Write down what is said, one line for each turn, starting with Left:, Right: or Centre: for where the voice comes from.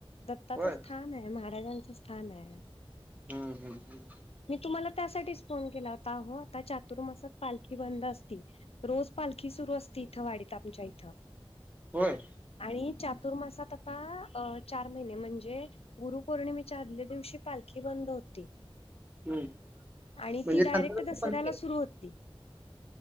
Left: दत्ताचं
Right: होय
Left: स्थान हाय महाराजांचं स्थान हाय
Right: हम्म हम्म हम्
Left: मी तुम्हाला त्यासाठीच फोन केला होताह आता चातुर्मासात पालखी बंद असती रोज पालखी सुरु असती इथं वाढत आमच्या इथं
Right: होय
Left: आणि चातुर्मासात आता आणि चार महिने म्हणजे गुरुपौर्णिमेच्या आदल्या दिवशी पालखी बंद होती
Right: हम्म
Left: आणि
Right: म्हणजे
Left: ती डायरेक्ट
Right: संध्याकाळची
Left: दसऱ्याला
Right: पालखी
Left: सुरु होती